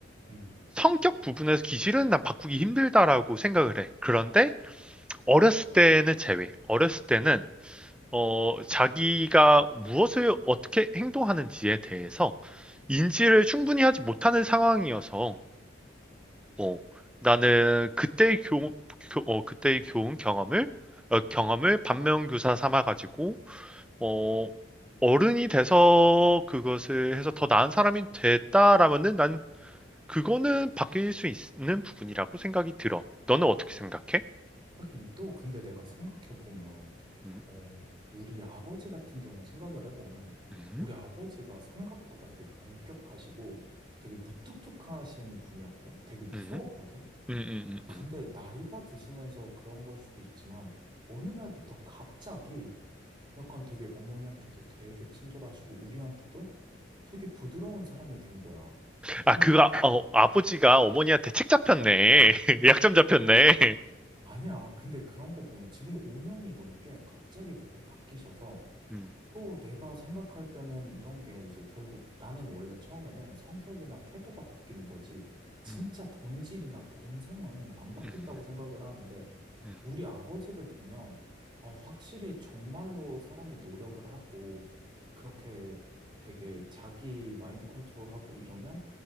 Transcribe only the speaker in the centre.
성격 부분에서 기질은 난 바꾸기 힘들다라고 생각을 해. 그런데 어렸을 때는 제외. 어렸을 때는, 어, 자기가 무엇을 어떻게 행동하는지에 대해서 인지를 충분히 하지 못하는 상황이어서, 어, 나는 그때의 교, 교- 어, 그때의 교훈 경험을, 어, 경험을 반면교사 삼아가지고 어, 어른이 돼서 그것을 해서 더 나은 사람이 됐다라면은 난 그거는 바뀔 수 있는 부분이라고 생각이 들어. 너는 어떻게 생각해?
음,
음,
음, 음, 음, 음,
음.
아,
그, 아, 어, 아버지가 어머니한테 책 잡혔네. <laughs> 약점 잡혔네.
음,
음,
음,
음.